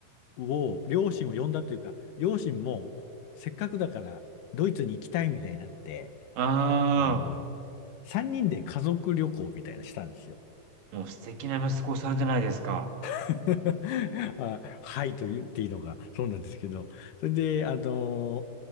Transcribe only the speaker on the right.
あ
あ、もう素敵な息子さんじゃないですか。